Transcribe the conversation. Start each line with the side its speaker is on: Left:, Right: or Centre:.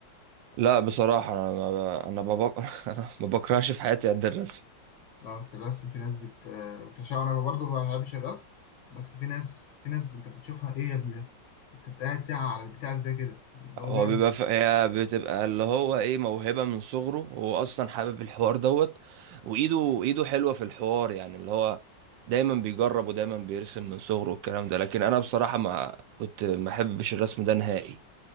Right: لا بصراحة أنا ما... ب... أنا ما بق... <laughs> أنا ما بكرهش في حياتي قد الرسم
Left: لا بس الرسم في ناس بت آه، بتعشقها انا برضه ما بحبش الرسم بس في ناس في ناس انت بتشوفها ايه يا ابني ده انت بت- قاعد ساعه على البتاع زي كده اللي هو
Right: هو
Left: بيقعد
Right: بيبقى ف... هي بتبقى اللي هو ايه موهبة من صغره هو اصلا حابب الحوار دوت وايده ايده حلوة في الحوار يعني اللي هو دايما بيجرب ودايما بيرسم من صغره والكلام ده لكن انا بصراحة ما كنت ما احبش الرسم ده نهائي